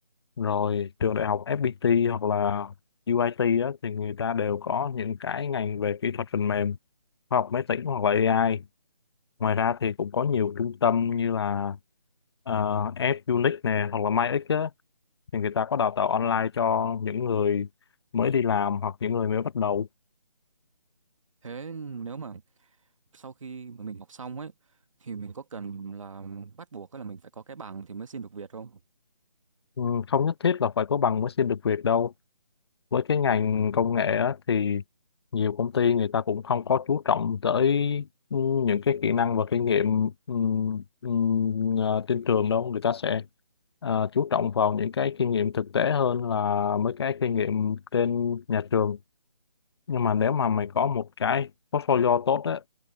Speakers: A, on the left (about 40°); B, on the right (about 55°).
A: rồi trường đại học FPT hoặc là UIT á, thì người ta đều có những cái ngành về kỹ thuật phần mềm khoa học máy tính hoặc là AI ngoài ra thì cũng có nhiều trung tâm như là uh, F-Unix này hoặc là MyX á, thì người ta có đào tạo online cho những người mới đi làm hoặc những người mới bắt đầu
B: thế nếu mà sau khi mà mình học xong ấy thì mình có cần là bắt buộc là mình phải có cái bằng thì mới xin được việc không?
A: Ừ, không nhất thiết là phải có bằng mới xin được việc đâu với cái ngành công nghệ á, thì nhiều công ty người ta cũng không có chú trọng tới ừ, những cái kỹ năng và kinh nghiệm ừ, ừ, ờ, trên trường đâu người ta sẽ ờ, chú trọng vào những cái kinh nghiệm thực tế hơn là mấy cái kinh nghiệm trên nhà trường nhưng mà nếu mà mày có một cái portfolio tốt á